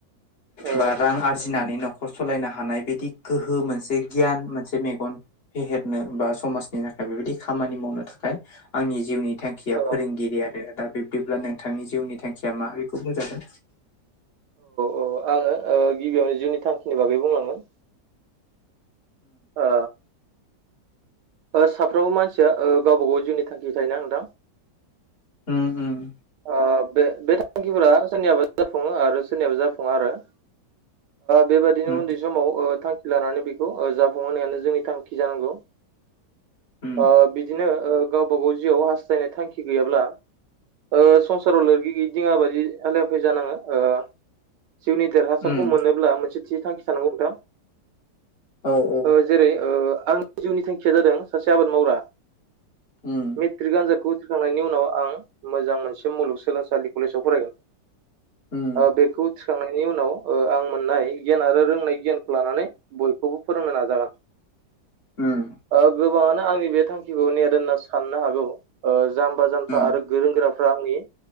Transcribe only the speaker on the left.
बा रां आरजिनानै न'खर सलायनो हानाय बिदि गोहो मोनसे गियान मोनसे मेगन फेहेरनो बा समाज नि थाखाय बेबायाददि खामानि मावनो थाखाय आंनि जिउनि थांखिया
फोरोंगिरि आरो। दा बिब्दिब्ला नों नोंथांनि जिउनि थांखिया मा बेखौ बुंजागोन।
हुम हुम
उम
उम
उम
औ औ
उम
उम
उम
उम